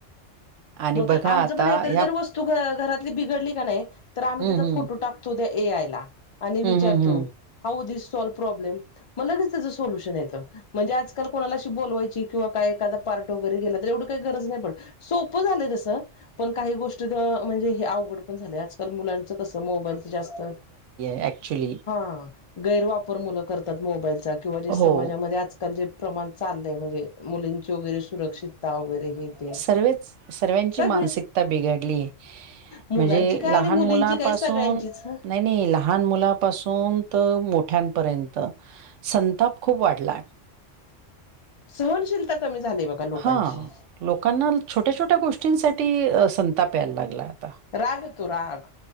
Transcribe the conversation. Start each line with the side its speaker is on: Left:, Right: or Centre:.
Right: आणि
Left: मग
Right: बघा
Left: आमचं
Right: आता
Left: पण एखादी
Right: ह्या
Left: जर वस् तु घ घरातली बिघडली क न्हाय तर आम्ही
Right: हं,
Left: त्याचा
Right: हं.
Left: फोटो टाकतो त्या ए आयला. आणि विचारतो
Right: हं, हं, हं.
Left: हाऊ दिस सॉल्व प्रॉब्लेम म लगेच त्याचं सोल्युशन येतं. म्हणजे आजकाल कोणाला अशी बोलवायची किंवा काय एखादा पार्ट वगैरे गेला तर एवढं काही गरज नाही पडत सो प झालंय तस पण काही गोष्टीत म्हणजे हे अवघड पण झालंय आज काल मुलांच कस मोबाईल च जास्त
Right: ॲक्चुली
Left: हा गैरवापर मुलं करतात मोबाईलचा किंवा जे
Right: हो.
Left: समाजामध्ये आज आज काल जे प्रमाण चाललंय म्हणजे मुलींची वगैरे सुरक्षितता वगैरे हे ते
Right: सर्ववेच. सर्व्यांची
Left: सगळे
Right: मानसिकता बिघडलीय.
Left: मुलांची
Right: म्हणजे
Left: काय
Right: लहान
Left: आणि मुलींची
Right: मुलापासून
Left: काय सगळ्यांचीच
Right: नाही नाही लहान मुलापासून तर मोठ्यांपर्यंत संताप खूप वाढलाय
Left: सहनशीलता कमी झाली बघा लोकांची.
Right: हां. लोकांना छोट्या छोट्या गोष्टींसाठी संताप याय लागला आता
Left: राग येतो राग